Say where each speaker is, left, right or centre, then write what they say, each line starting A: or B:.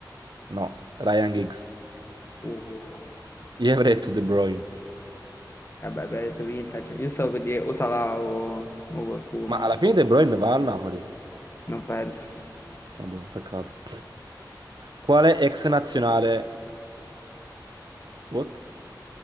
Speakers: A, on the right; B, on the left.
A: No, Ryan Giggs.
B: Uh,
A: Io avrei detto De Bruyne.
B: vabbè, abbiamo detto vintage. Io stavo per dire o Salah o, o qualcuno,
A: Ma alla
B: non so.
A: fine De Bruyne va al Napoli.
B: Non penso.
A: Ah, boh, peccato. Quale ex nazionale... What?